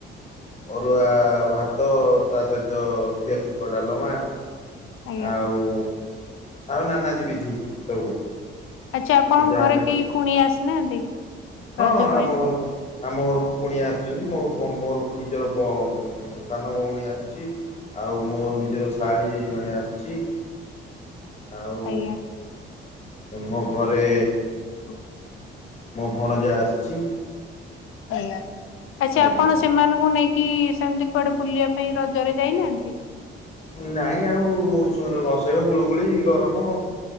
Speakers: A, on the left; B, on the left.
A: ଅରୁଆ ଭା ତ ତା ସହିତ ଘିଅ ଛୁଙ୍କ ଡାଲମା।
B: ଆଜ୍ଞା
A: ଆଉ ଆଉ ନାନାଦିି ବିଧି। ସବୁ।
B: ଆଚ୍ଛା ଆପଣଙ୍କ
A: ଯାହା
B: ଘରେ
A: ଯେମଛି
B: କେହି କୁଣିଆ ଆସିନାହାନ୍ତି?
A: ହଁ
B: ରଜ ପାଇଁ
A: ଆମ ଘରକୁ ଆମ ଘରକୁ କୁଣିଆ ଆସିଛନ୍ତି। ମୋ ମୋର ନିଜର ବ ଉଁ ସାନ ଭଉଣୀ ଆସିଛି। ଆଉ ମୋ ନିଜର ଶାଳୀ ଯେ ଜଣେ ଆସିଛି। ଆଉ
B: ଆଜ୍ଞା।
A: ମୋ ଘରେ
B: ହୋଉ।
A: ମୋ ଭଣଯା ଆସିଛି।
B: ଆଜ୍ଞା। ଆଚ୍ଛା
A: ଆଜ୍ଞା
B: ଆପଣ ସେମାନଙ୍କୁ ନେଇକି ସେମତି କୁଆଡେ ବୁଲିବା ପାଇଁ ରଜରେ ଯାଇନାହାଁନ୍ତି?
A: ନାଇଁ ଆଉ ସେଇ ଅସହ୍ୟ ଗୁଳୁଗୁଳି ଗରମ